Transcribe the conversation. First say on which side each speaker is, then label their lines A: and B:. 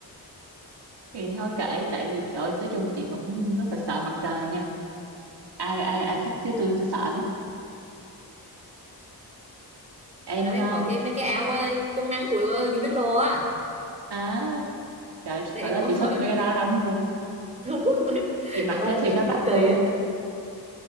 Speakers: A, on the right; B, on the right.
A: thì thôi kệ tại vì trời ơi, nói chung là chị vẫn rất là sợ mặt trời nha ai ai
B: nha
A: ai thích chứ tôi tôi sợ lắm em
B: hồi đó em
A: à,
B: còn cái mấy cái áo ờ, chống nắng của ờ, Uniqlo á
A: à trời
B: đây
A: hồi
B: em
A: đó
B: còn
A: chị
B: ở
A: thích mấy cái đó lắm luôn á
B: <laughs> đúng rồi
A: chị mặc
B: rồi qua
A: cho
B: đây
A: thì
B: tiện
A: nó đắt
B: nó kỳ
A: luôn
B: á
A: á